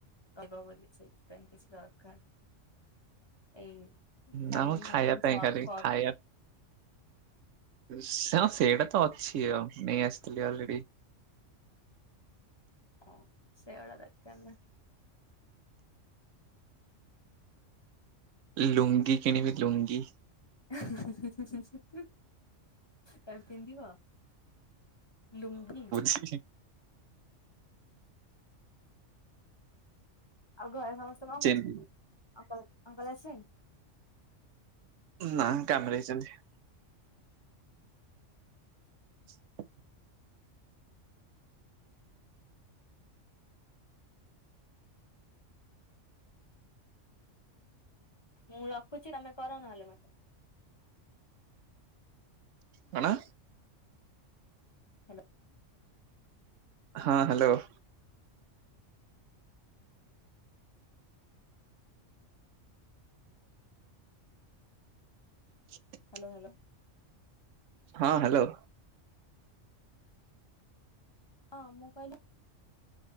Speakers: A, on the left; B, on the right.
A: ଲଗ ବୋଲି ସେଇଥି ପାଇଁ କିଛି ଦରକାର, ଏଇ ସାବୁନ
B: ନା ମୁଁ ଖାଇବା
A: ଫାବୁନ
B: ପାଇଁ
A: ସର୍ଫ
B: ଖାଲି
A: ଫର୍ଫ
B: ଖାଇବା ସ ହଁ ସେଇଟା ତ ଅଛି, ଆଉ ନେଇ ଆସିଥିଲି ଅଲରେଡି।
A: ଓ ସେବଳ ଦକାର ନାଇଁ।
B: ଲୁଙ୍ଗି କିଣିବି ଲୁଙ୍ଗି।
A: ଏ ହେଁ ହେଁ ହେଁ ହେଁ ହୁଁ। ତମେ ପିନ୍ଧିବ ଲୁଙ୍ଗି?
B: ସି ହିଁ ହିଁ।
A: ଆଉ ଘରେ ସମସ୍ତେ କଣ
B: ଚେନ୍
A: କରୁଛନ୍ତି? <unintelligible> ଅଙ୍କଲ ଆସିଲେଣି?
B: ନା କାମରେ ହାଇଛନ୍ତି। <inaudible>
A: ମୁଁ ରଖୁଛି ତମେ କର ନହେଲେ ମତେ।
B: କଣ?
A: ହାଲୋ।
B: ହଁ ହାଲୋ। <inaudible>
A: Hello hello.
B: ହଁ ହାଲୋ।
A: ହଁ ମୁଁ କହିଲି